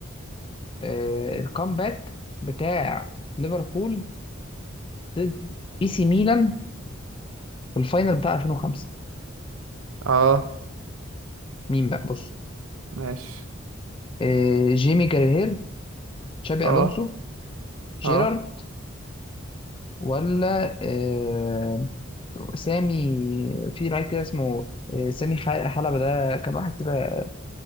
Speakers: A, on the left; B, on the right.
A: آه الكامباك بتاع ليفربول ضد اي سي ميلان في الفاينل بتاع 2005
B: اه
A: مين بقى بص
B: ماشي
A: آه جيمي كارير تشابي
B: اه
A: الونسو جيرارد
B: اه
A: ولا آه سامي في لعيب كده اسمه آه سامي ح- حلبة ده كان واحد كده